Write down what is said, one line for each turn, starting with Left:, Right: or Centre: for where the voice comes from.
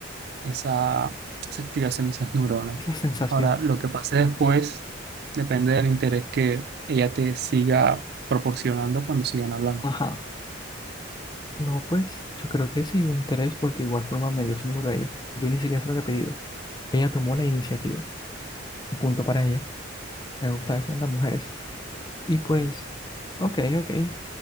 Right: esa, esa activación de esas neuronas.
Left: esa sensación,
Right: Ahora, lo que pase después depende del interés que ella te siga proporcionando cuando sigan hablando.
Left: ajá, no, pues yo creo que sí hubo interés porque igual forma me dio su número a ella, yo ni siquiera se lo había pedido, ella tomó la iniciativa, un punto para ella, me gusta eso en las mujeres, y pues, ok, ok,